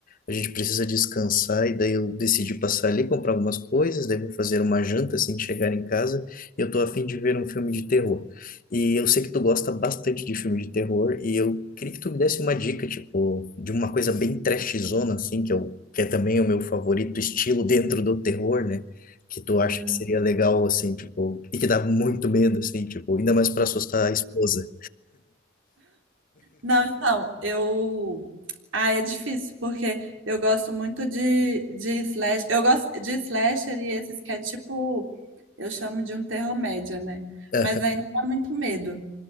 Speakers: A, on the left; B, on the right.
A: a gente precisa descansar e daí eu decidi passar ali, comprar algumas coisas, daí vou fazer uma janta assim que chegar em casa e eu tô a fim de ver um filme de terror. E eu sei que tu gosta bastante de filme de terror e eu queria que tu me desse uma dica, tipo, de uma coisa bem trashzona assim, que eu, que é também o meu favorito estilo dentro do terror, né? que tu acha
B: Hum,
A: que seria legal, assim, tipo, e que dá muito medo, assim, tipo, ainda mais pra assustar a esposa?
B: Não, então, eu. Ah, é difícil, porque eu gosto muito de, de slash. Eu gosto de slasher e esses que é tipo. Eu chamo de um terror-média, né?
A: Aham.
B: Mas aí não dá muito medo.